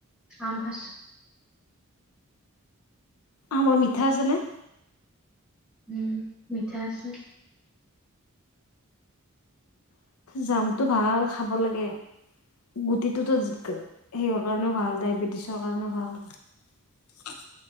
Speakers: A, in the centre; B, on the left.
A: আম খাইছোঁ।
B: আমৰ মিঠা আছে না?
A: উম, মিঠা আছে।
B: জামটো ভাল। খাব লাগে। গুটিটোতো সেইৰ কাৰণেও ভাল ডায়বেটিছৰ কাৰণেও ভাল।